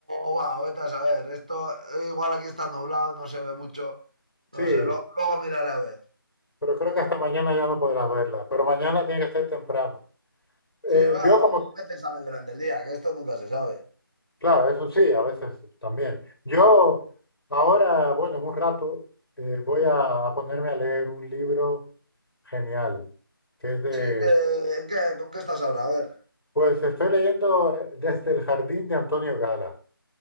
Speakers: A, on the right; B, on the left.
A: o va, vete a saber. Esto eh, igual aquí está nublado, no se ve mucho.
B: sí,
A: No sé, lo- luego miraré a ver.
B: pero creo que hasta mañana ya no podrás verla, pero mañana tiene que ser temprano. Eh,
A: Sí, va,
B: yo como,
A: o- a veces sale durante el día, que esto nunca se sabe.
B: claro, eso sí, a veces también. Yo ahora, bueno, en un rato eh, voy a, a ponerme a leer un libro genial, que es de
A: Sí, que, ¿en qué- ¿con qué estás ahora? A ver.
B: Pues estoy leyendo eh, desde el jardín de Antonio Gala,